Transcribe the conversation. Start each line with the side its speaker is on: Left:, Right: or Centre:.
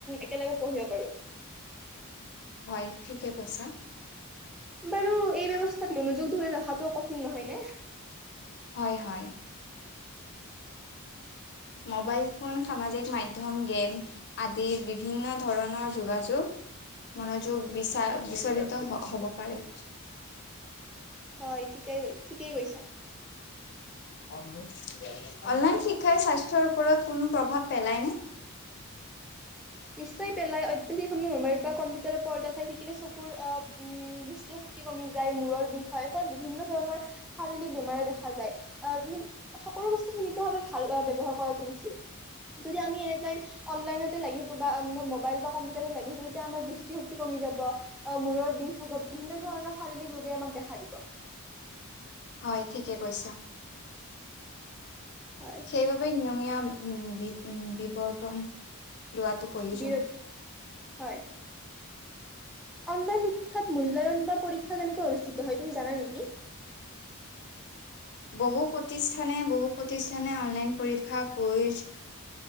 Centre: একেলগে পঢ়িব পাৰোঁ।
Left: হয়, ঠিকে কৈছা।
Centre: বাৰু, এই ব্যৱস্থাত মনোযোগ ধৰি, ৰখাটো কঠিন নহয় নে?
Left: হয়, হয়। মোবাইল ফোন সামাজিক মাধ্যম, গেম আদিৰ বিভিন্ন ধৰণৰ, যোগাযোগ, মনোযোগ, বিচ, বিচলিত হ'ব পাৰে।
Centre: হয়, ঠিকেই কৈ, ঠিকেই কৈছা।
Left: অনলাইন শিক্ষাই, স্বাস্থ্যৰ ওপৰত কোনো প্ৰভাৱ পেলায়নে?
Centre: নিশ্চয় পেলাই, অতিয়োঠিক সময়, মবাইল বা কম্পিউটাৰৰ পৰ্দা চাই থাকিলে, চকুৰ আহ, উম, দৃষ্টিশক্তি কমি যায়, মূৰৰ বিষ হয়, ফলত, বিভিন্ন ধৰণৰ শাৰীৰিক বেমাৰে দেখা যায়। আহ, সকলো বস্তু সীমিতভাৱে ভাল, বব্যৱহাৰ কৰাটো উচিত যদি আমি এনে টাইম অনলাইনতে লাগি থাকো কবা, মোবাইল বা কম্পিউটাৰত লগি থাকো, তেতিয়া আমাৰ দৃষ্টিশক্তি কমি যাব, মূৰ বিষ হব, বিভিন্ন ধৰণৰ, শাৰীৰিক ৰোগে আমাক দেখা দিব।
Left: হয়, ঠিকে কৈছা।
Centre: হয়
Left: সেই বাবে, নিয়মীয়া উম, বি, উম, বিৱৰ্তন লোৱাটো প্ৰয়োজন।
Centre: বিৰতি হয়। অনলাইন শিক্ষাত, মূল্যায়ন বা পৰীক্ষা, কেনেকৈ অনুষ্ঠিত হয়, তুমি জানা নেকি?
Left: বহু প্ৰতিষ্ঠানে- বহু প্ৰতিষ্ঠানে অনলাইন পৰীক্ষা কুইজ